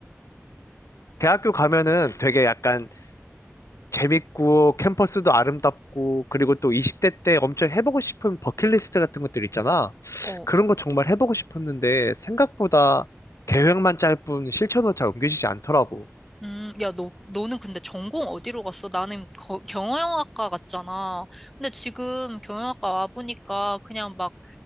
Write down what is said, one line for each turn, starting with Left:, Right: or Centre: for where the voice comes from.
Left: 대학교 가면은 되게 약간 재밌고 캠퍼스도 아름답고 그리고 또 20대 때 엄청 해보고 싶은 버킷리스트 같은 것들 있잖아.
Centre: 어,
Left: 그런 거 정말 해보고 싶었는데 생각보다 계획만 짤 뿐 실천으로 잘 옮겨지지 않더라고.
Centre: 음, 야, 너, 너는 근데 전공 어디로 갔어? 나는 거- 경영학과 갔잖아. 근데 지금 경영학과 와보니까 그냥 막